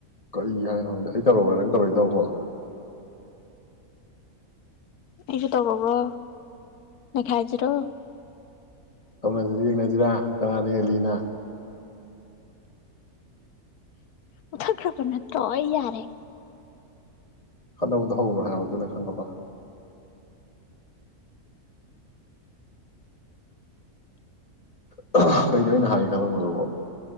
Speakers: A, on the left; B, on the left.
A: ꯀꯔꯤ ꯍꯥꯏꯅꯣ ꯈꯪꯗꯦ ꯑꯩ ꯇꯧꯔꯒꯦ ꯅꯪ ꯇꯧꯔꯛꯏ ꯇꯧꯕꯣ
B: ꯑꯩꯁꯨ ꯇꯧꯔꯕꯣ ꯅꯈꯥꯏꯁꯤꯔꯣ
A: ꯇꯅꯁꯤ ꯌꯦꯡꯅꯁꯤꯔꯥ ꯀꯅꯥꯅ ꯍꯦꯜꯂꯤꯅ
B: ꯃꯊ ꯈ꯭ꯔꯕꯅ ꯇ ꯏ ꯌꯥꯔꯦ
A: ꯈꯠꯅꯕꯗꯣ ꯍꯧ꯭ꯔꯣ ꯍꯥꯏꯕꯗꯨꯅ ꯈꯪꯉꯕ <unintelligible> ꯀꯩꯗ ꯑꯩꯅ ꯍꯥꯏꯒꯦ ꯈꯜꯂꯝꯕꯗꯨꯕꯣ